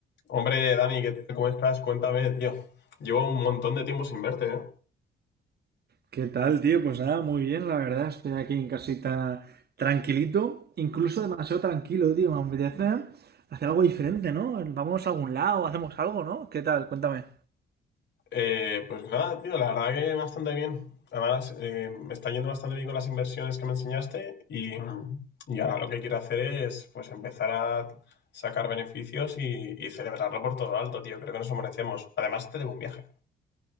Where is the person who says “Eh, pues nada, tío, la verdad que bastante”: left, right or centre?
Left